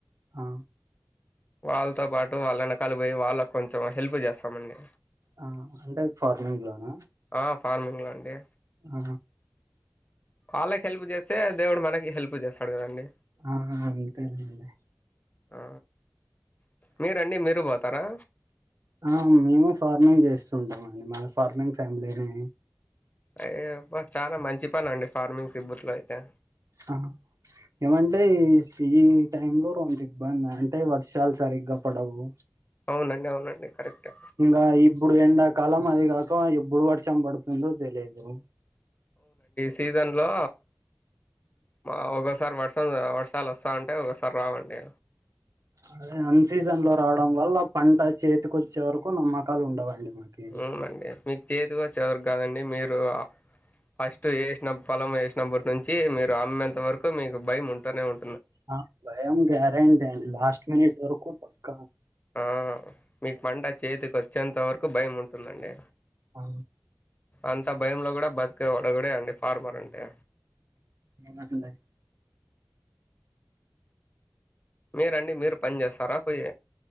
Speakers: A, on the right; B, on the left.
A: ఆ
B: వాళ్ళతో పాటు వాళ్ళను కల బోయి వాళ్ళకు కొంచెం హెల్ప్ జేస్తామండి
A: ఆ అంటే ఫార్మింగ్ లోన
B: ఆ ఫార్మింగ్లో అండి
A: ఆ
B: వాళ్ళకి హెల్ప్ జేస్తే దేవుడు మనకి హెల్ప్ జేస్తాడు కదండి
A: ఆ అంతేలెండి
B: ఆ మీరండి మీరు బోతారా
A: ఆ మేము ఫార్మింగ్ చేస్తుంటామండి మా ఫార్మింగ్ ఫ్యామిలీనే
B: అయో అబ్బ చాలా మంచి పని అండి ఫార్మింగ్ సిబ్బుత్లో అయితే
A: ఆ ఏమంటే ఈ ఈ టైం లో అంత ఇబ్బంది అంటే వర్షాల్ సరిగ్గా పడవు
B: అవునండి అవునండి కరెక్టే
A: ఇంగ ఇప్పుడు ఎండాకాలం అయి కాక ఎప్పుడు వర్షం పడుతుందో తెలియదు
B: సీజన్ లో మా బస్ ఈతారి వర్షం వర్షాలు వస్తా ఉంటే ఒకొసారి రావండి
A: అద అన్ సీజన్ లో రావడం వల్ల పంట చేతికి వచ్చే వరకు నమ్మకాలు ఉండవండి మాకి
B: అవునండి మీకు చేతికొచ్చేవరకు గాదండి మీరు అ ఫస్ట్ ఏషిన పొలం ఏషినప్పటి నుంచి మీరు అమ్మేంత వరకు మీకు భయం ఉంటనే ఉం
A: అ భయం గ్యారంటండి లాస్ట్ మినట్ వరకు పక్క
B: ఆ మీకు పంట చేతికి ఒచ్చేంత వరకు భయం ఉంటుందండి
A: ఆ
B: అంత భయంలో గూడా బతికేవాల్ డొగడే అండి ఫార్మర్ అంటే
A: నాకు <unintelligible>
B: మీరండి మీరు పని జేస్తారా పోయ్